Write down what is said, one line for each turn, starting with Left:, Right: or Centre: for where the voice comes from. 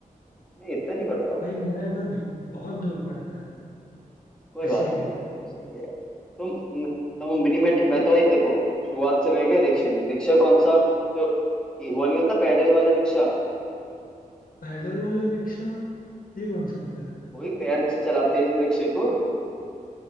Centre: नहीं इतना नहीं पड़ता होगा
Left: भाई मेरा इधर बहुत दूर पड़ता है
Centre: कोई बात
Left: इसीलिए
Centre: नहीं भाई चलो सही है यार तुम हम मिनी मेट मैं तो भाई देखो शुरुआत से मैं गया रिक्शे में रिक्शा कौन सा जो कि वो नहीं होता पैडल वाला रिक्शा
Left: पैदल वाला रिक्शा ये कौन सा होता है
Centre: वही पैर से चलाते इस रिक्शे को